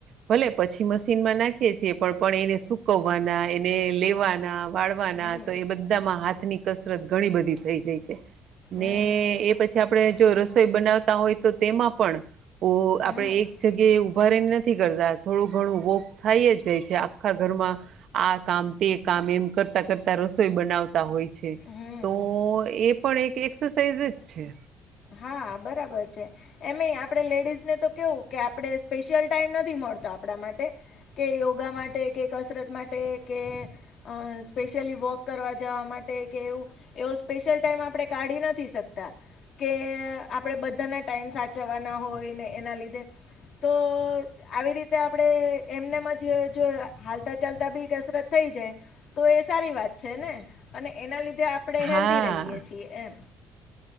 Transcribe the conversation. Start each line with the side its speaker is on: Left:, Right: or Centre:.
Right: ભલે પછી મશીનમાં નાખીએ છીએ પણ એને સુકવવાના એને લેવાના વાળવાના
Left: હમ
Right: તો એ બધામાં હાથ ની કસરત ઘણી બધી થઈ જાય છે ને
Left: હમ
Right: એ પછી આપણે જો રસોઈ બનાવતા હોય તો તેમાં પણ ઓ
Left: હમ
Right: આપડે
Left: હમ
Right: એક જગ્યાએ ઉભા રહીને નથી નથી કરતા થોડું ઘણું વોક થાય જ જાય છે આખા ઘરમાં આ કામ તે કામ એમ કર કરતા રસોઈ બનાવતા હોય છે
Left: હમ
Right: તો એ પણ એક એક્સરસાઇઝ જ છે
Left: હા બરાબર છે એમય આપણેે લેડીઝને તો કેવું કે આપડણે સ્પેશિયલ ટાઈમ નથી મળતો આપડા માટે યોગા માટે કસરત માટે કે સ્પેશ્યલ વોક કરવા જવા માટે કે એવું એવો સ્પેશિલ ટાઈમ આપણે કાઢી નથી શકતા કે આપણે બધાના ટાઈમ સાચવાના હોય ને એના લીધે તો આવી રીતે આપણે આપણે એમનેમાં જ જો હાલતા ચાલતા બી કસરત થઈ જાય તો એ સારી વાત છે ને અને એના લીધે આપણે
Right: હા
Left: હેલ્ધી રહીએ છીએ એમ